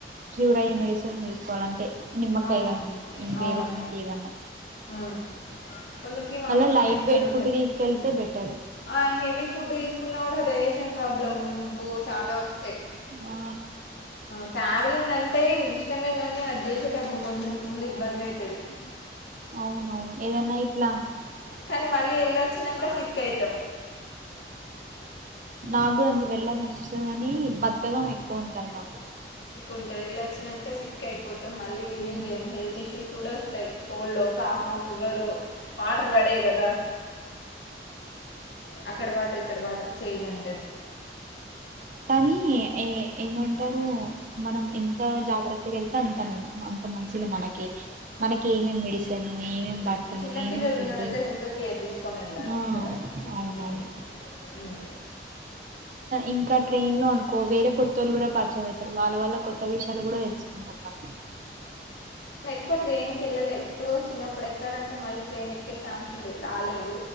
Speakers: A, on the right; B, on the left.
A: క్యూరయ్యే మెడిసిన్ తీసుకోవాలంటే నిమ్మకాయ్
B: అవును
A: గాని ఇంకేదన్
B: అవును
A: ఇంకేమన్నా
B: ఉమ్ కొందరికి vomiting
A: అలా light
B: sensation
A: weight
B: ఉంటది
A: food తీసుకెళ్తే బెటర్
B: ఆ హెవీ ఫుడ్ తీసుకున్నా గుడా డైజెషన్ ప్రాబ్లం బో చాలా వస్తాయి
A: ఆ
B: ట్రావెలింగ్ అంటే ఇష్టమే గానీ అది జేసేటప్పుడు కొంచెం ఫుల్ ఇబ్బంది అయితాది
A: అవునవును ఏదన్నా ఇట్లా
B: కానీ మళ్ళీ వెళ్ళొచ్చినంక సిక్ అయితం
A: నాకు గుడంతే వెళ్ళాలనిపిస్తుది కాని బద్దగం ఎక్కువ ఉంటుంది నాకు
B: ఉంటది ఎళ్లొచ్చినంక సిక్ అయిపోతం మళ్ళీ
A: ఉమ్
B: ఏం జెయం హెల్త్ ఇష్యూస్ గూడ కోల్డ్ కాఫో ఫివరో వాటర్ బడయి గదా అక్కడ వాటర్ ఇక్కడ వాటర్ చేంజున్
A: కానీ ఏ ఏమంటారు మనం ఎంత జాగ్రత్తగెళ్తే అంత మం అంత మంచిది మనకి మనకి ఏమేమి మెడిసిన్ ఏమేమి బట్టం
B: చిన్నపిల్లలు
A: ఏమే ఫుడ్
B: ఉన్న దగ్గర ఇంకా కేర్ తీసుకొని వెళ్ళాలి
A: ఆ
B: కదా
A: అవునవును
B: మ్మ్ మ్మ్
A: ఇంకా ట్రైన్ లో అనుకో వేరే కొత్తోళ్ళు గుడ పరచయ మైతరు వాళ్ళ వల్ల కొత్త విషయాలు గుడ తెలుసుకుంటాం మనం
B: ఎప్పుడు ట్రైన్కి ఎళ్ళలే ఎప్పుడో చిన్నప్పుడు ఎక్కారంటే మళ్ళీ ట్రైన్ ఎక్కే ఛాన్స్ లే రాలేదు